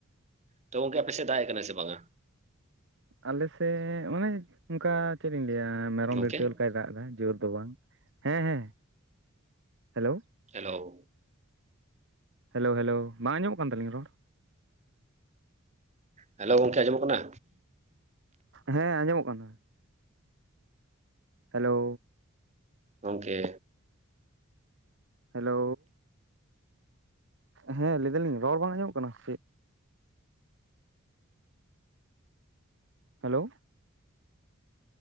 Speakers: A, on the right; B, on the right.
A: ᱛᱚ ᱜᱚᱝᱠᱮ ᱟᱯᱮᱥᱮᱫ ᱫᱟᱜ ᱮ ᱠᱟᱱᱟᱭ ᱥᱮ ᱵᱟᱝ-ᱟ
B: ᱟᱞᱮᱥᱮᱫ ᱚᱱᱮ ᱚᱱᱠᱟ ᱪᱮᱫ ᱤᱧ ᱞᱟᱹᱭᱟ ᱢᱮᱨᱚᱢ
A: ᱜᱚᱝᱠᱮ
B: ᱵᱷᱲᱠᱟᱹᱣ ᱞᱮᱠᱟᱭ ᱫᱟᱜ ᱮ ᱫᱟᱭ ᱡᱳᱨ ᱫᱚ ᱵᱟᱝ ᱦᱮᱸ ᱦᱮᱸ ᱦᱮᱞᱳ
A: ᱦᱮᱞᱳ
B: ᱦᱮᱞᱳ ᱦᱮᱞᱳ ᱵᱟᱝ ᱟᱡᱚᱢᱚᱜ ᱠᱟᱱ ᱛᱟᱹᱞᱤᱧ-ᱟ ᱨᱚᱲ
A: ᱦᱮᱞᱳ ᱜᱚᱝᱠᱮ ᱟᱸᱡᱚᱢᱚᱜ ᱠᱟᱱᱟ
B: ᱦᱮᱸ ᱟᱸᱡᱚᱢᱚᱜ ᱠᱟᱱᱟ ᱦᱮᱞᱳ
A: ᱜᱚᱝᱠᱮ
B: ᱦᱮᱞᱳ᱾ ᱦᱮᱸ ᱞᱟᱹᱭ ᱫᱟᱞᱤᱧ ᱨᱚᱲ ᱵᱟᱝ ᱟᱸᱡᱚᱢᱚᱜ ᱠᱟᱱᱟ ᱥᱮ? ᱦᱮᱞᱳ᱾